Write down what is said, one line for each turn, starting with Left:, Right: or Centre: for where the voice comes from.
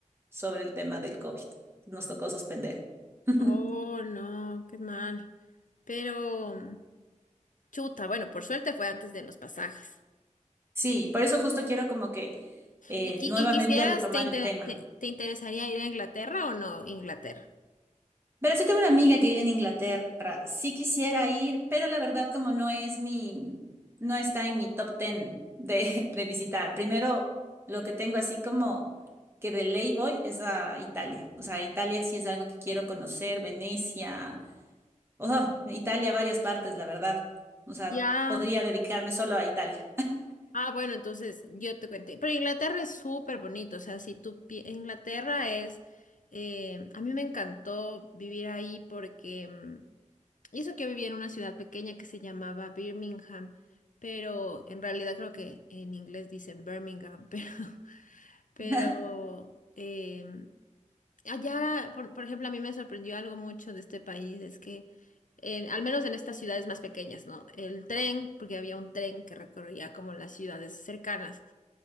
Right: sobre el tema del COVID. Nos tocó suspender. <laughs>
Left: Oh, no, qué mal. Pero, chuta, bueno, por suerte fue antes de los pasajes.
Right: Sí, por eso justo quiero como que eh,
Left: ¿Y, qui-
Right: nuevamente
Left: y quisieras,
Right: retomar
Left: te, inter-
Right: el tema.
Left: te, te interesaría ir a Inglaterra o no, Inglaterra?
Right: Pero sí tengo una amiga que vive en Inglaterra. Sí quisiera ir, pero la verdad como no es mi, no está en mi top ten de, <laughs> de visitar. Primero, lo que tengo así como que de ley voy es a Italia. O sea, Italia sí es algo que quiero conocer, Venecia, oh, Italia, varias partes, la verdad. O sea,
Left: Ya.
Right: podría dedicarme solo a Italia.
Left: Ah, bueno, entonces yo te cuento. Pero Inglaterra es súper bonito, o sea, si tú... pi- Inglaterra es... eh, a mí me encantó vivir ahí porque... mm, Y eso que yo vivía en una ciudad pequeña que se llamaba Birmingham, pero en realidad creo que en inglés dicen Birmingham, <laughs> pero, pero
Right: <laughs>
Left: em, allá, por, por ejemplo, a mí me sorprendió algo mucho de este país, es que en- al menos en estas ciudades más pequeñas, ¿no? El tren, porque había un tren que recorría como las ciudades cercanas